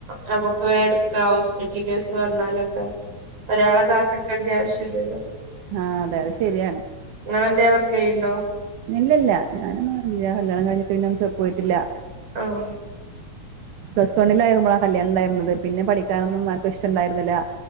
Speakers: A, on the right; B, on the right.
A: നമുക്ക് വേടുക്കാ ഹോസ്പിറ്റൽ കേസ് വന്നാലും. ഒരാളെ കാത്ത് നിക്കേണ്ടി ആവശ്യല്ലല്ലോ.
B: ആ അതെ അതെ ശരിയാണ്.
A: നിങ്ങളെന്തേ വർക്ക് ചെയ്യണ്ടോ
B: ഇല്ലില്ല ഞാനൊന്നുംല്ല കല്യാണം കഴിഞ്ഞിട്ട് പിന്നൊന്നും ച പോയിട്ടില്ല.
A: ആഹ്
B: പ്ലസ് വണ്ണിലായിരിക്കുമ്പളാ കല്യാണം ഉണ്ടായിരുന്നത് പിന്നെ പഠിക്കാനൊന്നും ആർക്കും ഇഷ്ടം ഇണ്ടായിരുന്നില്ല.